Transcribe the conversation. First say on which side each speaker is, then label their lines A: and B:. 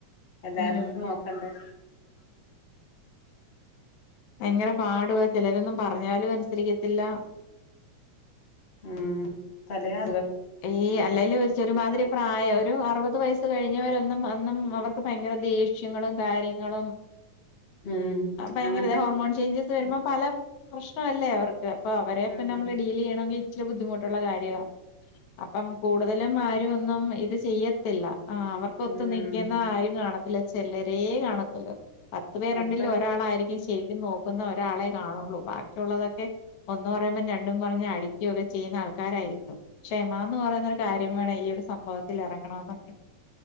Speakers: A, on the left; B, on the left.
A: അതാരപ്പ
B: ഉം
A: നോക്കണ്ടേ
B: എങ്ങനെ പാടുവാ ചിലരൊന്നും പറഞ്ഞാലും അനുസരിക്കത്തില്ല
A: ഉം പലയാ
B: ഈ അല്ലേല് ഒരു ചൊ ഒരുമാതിരി പ്രായം ഒരു അറുപത് വയസ് കഴിഞ്ഞവരൊന്നും അന്നും അവർക്ക് ഭയങ്കര ദേഷ്യങ്ങളും കാര്യങ്ങളും
A: ഉം
B: ആ ഭയങ്കര
A: അങ്ങനെ
B: ഇ
A: തന്നെ
B: ഹോർമോൺ ചേഞ്ചസ് വരുമ്പ പല പ്രശ്നമല്ലേ അവർക് <unintelligible> അപ്പൊ അവരെപ്പ
A: ഉം
B: നമ്മൾ ഡീൽ ചെയ്യണമെങ്കി ഇച്ചിരി ബുദ്ധിമുട്ട് <unintelligible> കാര്യ അപ്പം കൂടുതലും ആരും ഒന്നും ഇത് ചെയ്യത്തില്ല ആ അവർക്ക്ക്കൊത്തു
A: ഉം
B: നിൽക്കുന്ന ആരും കാണ അല ചെലരേ കാണത്തില്ല പത്ത് പേരുണ്ടങ്കിൽ
A: അത്ര
B: ഒരാളായിരിക്കും ശ ഇ നോക്കുന്ന ഒരാളെ കാണുള്ളൂ ബാക്കിയുള്ളതൊക്കെ ഒന്ന് പറയുമ്പം രണ്ടും പറഞ്ഞ് അടിക്കൊക്കെ ചെയ്യുന്ന ആൾക്കാരായിരിക്കും ക്ഷമ പറയുന്ന ഒരു കാര്യം വേണം ഈ ഒരു സംഭവത്തിൽ ഇറങ്ങണമെന്നു